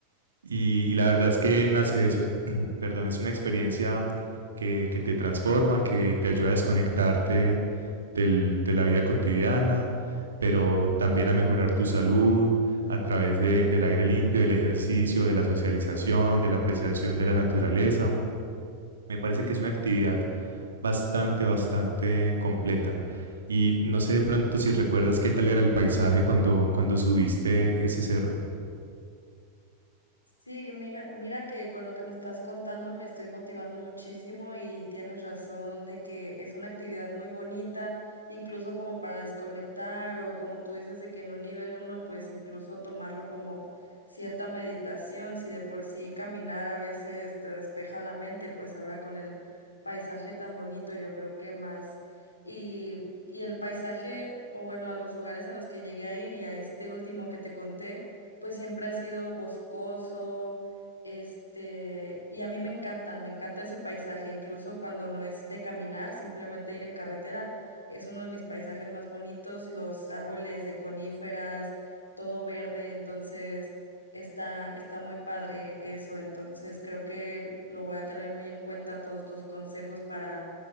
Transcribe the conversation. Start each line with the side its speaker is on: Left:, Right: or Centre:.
Right: Y, y la verdad es que nace de eso, <clears throat> <coughs> perdón, es una experiencia que, que te transforma, que te ayuda a desconectarte del- de la vida cotidiana, pero también a mejorar tu salud a través de- del aire limpio, del ejercicio, de la socialización, de la apreciación de la naturaleza. Me parece que es una actividad bastante, bastante completa. Y no sé de pronto si recuerdas qué tal era el paisaje cuando, cuando subiste ese cerro.
Left: Sí, mira, mira que con lo que me estás contando me estoy motivando muchísimo y tienes razón de que es una actividad muy bonita, incluso como para desconectar o como tú dices de que en un nivel uno, pues incluso tomarlo como cierta meditación, si de por sí caminar a veces te despeja la mente, pues ahora con el paisaje tan bonito yo creo que más. Y, y el paisaje, o bueno, a los lugares a los que llegué a ir y a este último que te conté pues siempre ha sido boscoso, este, y a mí me encanta, me encanta ese paisaje, incluso cuando no es de caminar, simplemente ir en carretera, es uno de mis paisajes más bonitos, los árboles de coníferas, todo verde, entonces está, está muy padre eso, entonces creo que lo voy a tener muy en cuenta todos tus consejos para,